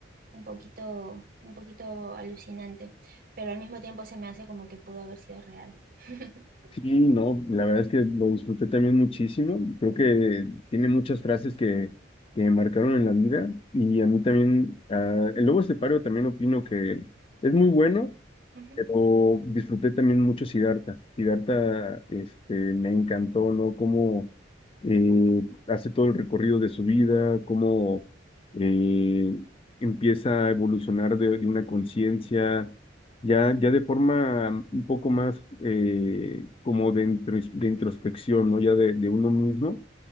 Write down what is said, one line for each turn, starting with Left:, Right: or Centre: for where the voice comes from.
Right: un poquito, un poquito alucinante, pero al mismo tiempo se me hace como que pudo haber sido real. <laughs>
Left: Sí, no, la verdad es que lo disfruté también muchísimo. Creo que tiene muchas frases que, que me marcaron en la vida. Y a mí también, ah, el Lobo Estepario también opino que es muy bueno,
Right: Ujú,
Left: Pero disfruté también mucho Siddhartha. Siddhartha, este, me encantó, ¿no? Cómo eh, hace todo el recorrido de su vida, cómo eh, empieza a evolucionar de, de una conciencia, ya, ya de forma un poco más eh, como de, intros- de introspección, ¿no? Ya de, de uno mismo